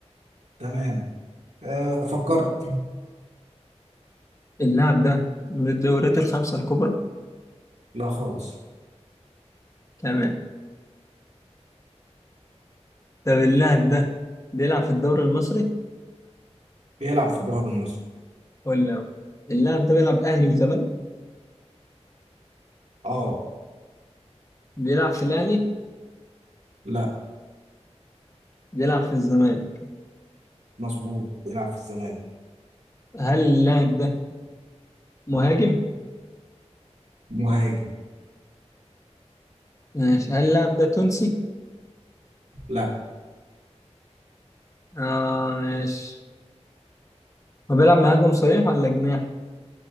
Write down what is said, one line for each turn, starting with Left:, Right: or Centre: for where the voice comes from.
Right: تمام أه فكرت
Left: اللاعب ده من الدوريات الخمسة الكبرى
Right: لا خالص
Left: تمام طب اللاعب ده بيلعب في الدوري المصري
Right: بيلعب في الدوري المصري
Left: ولا لا؟ اللاعب ده بيلعب اهلي وزمالك
Right: اه
Left: بيلعب في الاهلي
Right: لا
Left: بيلعب في الزمالك
Right: مظبوط بيلعب في الزمالك
Left: هل اللاعب ده مهاجم
Right: مهاجم
Left: ماشي هل اللاعب ده تونسي
Right: لا
Left: اه ماشي هو بيلعب مهاجم صريح ولا جناح